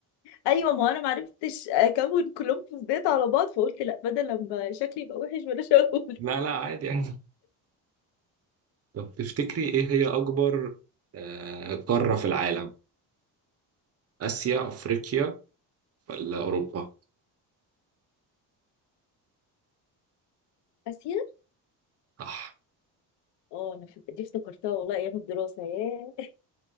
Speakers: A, on the left; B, on the right.
A: ايوه ما انا ما عرفتش اكون كولومبوس ديت على بعض فقلت لا بدل لما شكلي يبقى وحش بلاش اقول
B: لا لا عادي <laughs> يعني طب تفتكري إيه هي أكبر آه، قارة في العالم؟ آسيا، أفريقيا، ولا أوروبا؟
A: اسيا
B: صح
A: اه انا ف- دي افتكرتها والله ايام الدراسه ياه